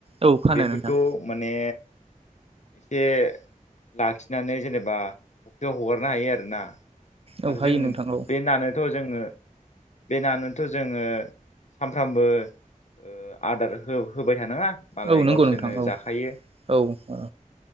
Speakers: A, on the right; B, on the left.
A: औ फानो
B: बेफोरखौ
A: नोंथां
B: माने एसे लाखिनानै जेनेबा बेयाव हगारनो हायो आरो ना। आरो
A: औ हायो
B: जों
A: नोंथां औ
B: बे नानोथ' जोङो बे नानोथ' जोङो सामफ्रामबो ओ आदार हो होबाय थानाङा मालाय
A: औ
B: गावसोरनो
A: नंगौ नोंथां औ
B: जाखायो
A: - औ - औ